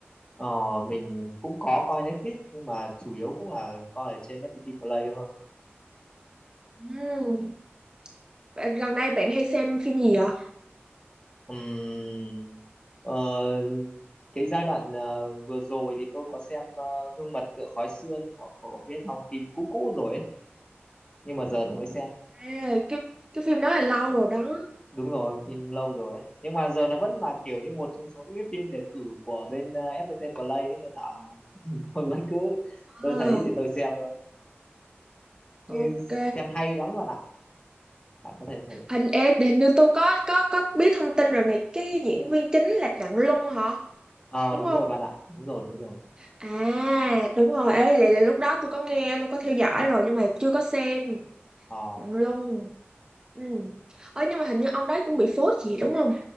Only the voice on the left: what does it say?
ờ, mình cũng có coi Netflix nhưng mà chủ yếu cũng là coi ở trên FPT Play
Ừm, ờ, cái giai đoạn ờ, vừa rồi thì tôi có xem ờ, Gương mặt tựa khói xương cậu, cậu có biết không phim cũ cũ rồi ấy nhưng mà giờ tôi mới xem
đúng rồi phim lâu rồi ấy nhưng mà giờ nó vẫn là kiểu như một trong số những cái phim đề cử của bên ờ, FPT Play ấy nên là <laughs> tôi vẫn cứ tôi
thấy thì tôi xem thôi Nghe-
xem hay lắm bạn ạ bạn có thể thử
ờ
đúng
rồi bạn ạ đúng rồi đúng rồi
ờ